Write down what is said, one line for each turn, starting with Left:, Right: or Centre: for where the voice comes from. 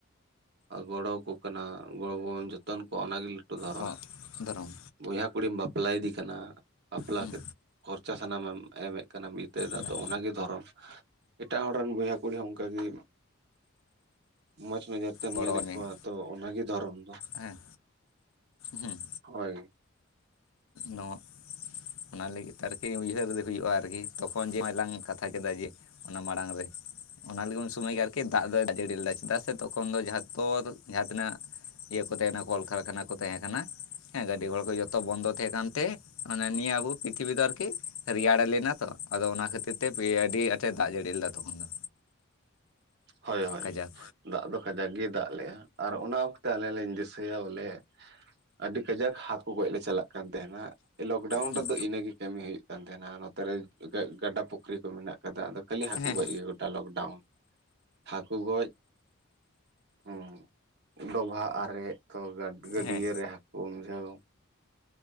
Right: ᱜᱚᱲᱚ ᱠᱚ ᱠᱟᱱᱟ ᱜᱚᱲᱚ <unintelligible> ᱡᱚᱛᱚᱱ ᱠᱚᱣᱟ ᱚᱱᱟᱜᱮ ᱞᱟᱹᱴᱩ ᱫᱷᱚᱨᱚᱢ
Left: ᱦᱚᱸ ᱫᱷᱚᱨᱚᱢ
Right: ᱵᱚᱭᱦᱟ ᱠᱩᱲᱤᱢ ᱵᱟᱯᱞᱟᱭ ᱫᱮ ᱠᱟᱱᱟ ᱵᱟᱯᱞᱟ
Left: ᱦᱮᱸ
Right: ᱠᱟᱛ ᱠᱷᱚᱨᱪᱟ ᱥᱟᱱᱟᱢᱮᱢ ᱮᱢᱮᱫ ᱠᱟᱱᱟᱢ ᱵᱤᱛᱟᱹᱭ ᱫᱟ
Left: ᱤᱧᱟᱹᱜ
Right: ᱛᱚ ᱚᱱᱟᱜᱮ ᱫᱷᱚᱨᱚᱢ ᱮᱴᱟᱜ ᱦᱚᱲ ᱨᱮᱱ ᱵᱚᱭᱦᱟ ᱠᱩᱲᱤ ᱦᱚᱸ ᱚᱱᱠᱟᱜ ᱜᱮ ᱢᱚᱸᱡᱽ ᱱᱚᱡᱚᱨ ᱛᱮᱢ
Left: ᱜᱚᱲᱚ
Right: ᱧᱮᱞᱮᱫ
Left: ᱟᱹᱧᱢᱮ
Right: ᱠᱚᱣᱟ ᱛᱚ ᱚᱱᱟᱜᱮ ᱫᱷᱚᱨᱚᱢ ᱫᱚ᱾
Left: ᱦᱮᱸ ᱦᱮᱸ
Right: ᱦᱳᱭ
Left: ᱱᱚᱣᱟ ᱚᱱᱟ ᱞᱟᱹᱜᱤᱫ ᱛᱮ ᱟᱨᱠᱤ ᱩᱭᱦᱟᱹᱨ ᱦᱩᱭᱩᱜᱼᱟ ᱟᱨᱠᱤ ᱛᱚᱠᱷᱚᱱ ᱡᱮ ᱱᱚᱣᱟᱞᱟᱝ ᱠᱟᱛᱷᱟ ᱠᱮᱫᱟ ᱡᱮ ᱚᱱᱟ ᱢᱟᱲᱟᱝ ᱨᱮ ᱚᱱᱟ ᱞᱟᱹᱜᱤᱫ ᱩᱱ ᱥᱚᱢᱚᱭ ᱜᱮ ᱟᱨᱠᱤ ᱫᱟᱜ ᱫᱚᱭ ᱫᱟᱜ ᱡᱟᱹᱲᱤ ᱞᱮᱫᱟ ᱪᱮᱫᱟᱜ ᱥᱮ ᱛᱚᱠᱷᱚᱱ ᱫᱚ ᱡᱟᱦᱟᱸ ᱛᱚᱞ ᱡᱟᱦᱟ ᱛᱤᱱᱟᱹᱜ ᱤᱭᱟᱹ ᱠᱚ ᱛᱟᱦᱮᱸᱱᱟ ᱠᱚᱞ ᱠᱟᱨᱠᱷᱟᱱᱟ ᱠᱚ ᱛᱟᱦᱮᱸ ᱠᱟᱱᱟ ᱦᱮᱸ ᱜᱟᱹᱰᱤ ᱜᱷᱚᱲᱟ ᱠᱚ ᱡᱚᱛᱚ ᱵᱚᱱᱫᱚ ᱛᱟᱦᱮᱸ ᱠᱟᱱᱛᱮ ᱢᱟᱱᱮ ᱱᱤᱭᱟᱹ ᱟᱵᱚ ᱯᱛᱷᱤᱵᱤ ᱫᱚ ᱟᱨᱠᱤ ᱨᱮᱭᱟᱲ ᱞᱮᱱᱟ ᱛᱚ ᱟᱫᱚ ᱚᱱᱟ ᱠᱷᱟᱹᱛᱤᱨ ᱛᱮ <unintelligible> ᱟᱹᱰᱤ ᱟᱸᱴᱮ ᱫᱟᱜ ᱡᱟᱹᱲᱤ ᱞᱮᱫᱟ ᱛᱚᱠᱷᱚᱱ ᱫᱚ᱾
Right: ᱦᱳᱭ ᱦᱳᱭ
Left: ᱠᱟᱡᱟᱠ
Right: ᱫᱟᱜ ᱫᱚ ᱠᱟᱡᱟᱠ ᱜᱮᱭ ᱫᱟᱜ ᱞᱮᱜᱼᱟ ᱟᱨ ᱚᱱᱟ ᱚᱠᱛᱮ ᱟᱞᱮ ᱞᱮᱧ ᱫᱤᱥᱟᱹᱭᱟ ᱵᱚᱞᱮ ᱟᱹᱰᱤ ᱠᱟᱡᱟᱠ ᱦᱟᱠᱳ ᱜᱚᱡ ᱞᱮ ᱪᱟᱞᱟᱜ ᱠᱟᱱ ᱛᱟᱦᱮᱱᱟ᱾ ᱞᱚᱠᱰᱟᱣᱩᱱ
Left: ᱦᱮᱸ
Right: ᱨᱮᱫᱚ ᱤᱱᱟᱹᱜᱮ ᱠᱟᱹᱢᱤ ᱦᱩᱭᱩᱜ ᱠᱟᱱ ᱛᱟᱦᱮᱱᱟ ᱱᱚᱛᱮᱨᱮ ᱜᱟ ᱜᱟᱰᱟ ᱯᱩᱠᱷᱨᱤ ᱠᱚ ᱢᱮᱱᱟᱜ ᱠᱟᱫᱟ ᱟᱫᱚ ᱠᱷᱟᱹᱞᱤ ᱦᱟᱹᱠᱩ
Left: ᱦᱮᱸ
Right: ᱜᱚᱡ ᱜᱮ ᱜᱚᱴᱟ ᱞᱚᱠᱰᱟᱣᱩᱱ ᱦᱟᱹᱠᱩ ᱜᱚᱡ ᱦᱮᱸ ᱰᱚᱵᱷᱟᱜ ᱟᱨᱮᱡ ᱛᱚ ᱜᱟᱹᱰᱭᱟᱹ
Left: ᱦᱮᱸ
Right: ᱨᱮ ᱦᱟᱹᱠᱩ ᱩᱢᱡᱷᱟᱹᱣ